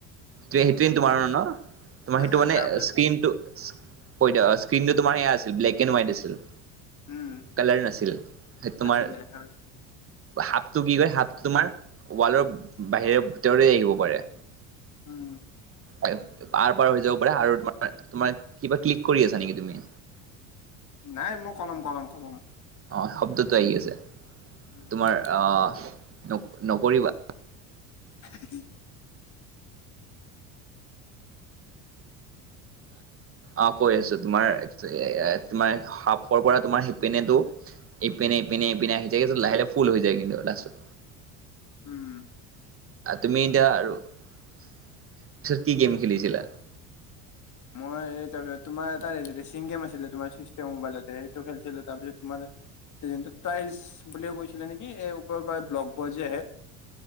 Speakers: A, on the right; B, on the left.
A: সেইটোৱে, তোমাৰ ন, তোমাৰ
B: উম
A: সেইটো মানে
B: তাৰপিছত
A: স্ক্ৰীনটো কৈদ স্ক্ৰীনটোতোমাৰ সেয়া আছিল, ব্লেক এণ্ড হোৱাইট আছিল।
B: উম
A: কালাৰ নাছিল, সেই তোমাৰ
B: আছিলে হয়।
A: হাপটো কি কৰে, হাপটো, তোমাৰ ৱালৰ বাহিৰে, ভিতৰে আহিব পাৰে।
B: উম।
A: আৰপাৰ, হৈ যাব পাৰে। আৰু, তোমাৰ কিবা ক্লিক কৰি আছা নেকি, তুমি?
B: নাই, মই কলম কলম কলম
A: অ, শব্দটো আহি আছে
B: হেল্ল'
A: তোমাৰ আহ, নকৰিবা।
B: <inaudible>
A: অ, কৈ আছো। তোমাৰ, তোমাৰ সাপৰ পৰা, তোমাৰ সিপিনেটো ইপিনে, ইপিনে, ইপিনে আহি থাকে। লাহে লাহে ফুল হৈ যায় কেতিয়াবা লাষ্টত।
B: উম।
A: তুমি এতিয়া, আৰু পিছত, কি গেম খেলিছিলা?
B: মই, এ তোমাৰ এটা ৰেচিং গেম আছিলে, তোমাৰ <unintelligible> ম'বাইলতে। সেইটো খেলিছিলোঁ। তাৰপিছত, তোমাৰ টাইলছ বুলিও কৈছিলে নেকি, এই ওপৰৰ পৰা ব্লকবোৰ যে আহে।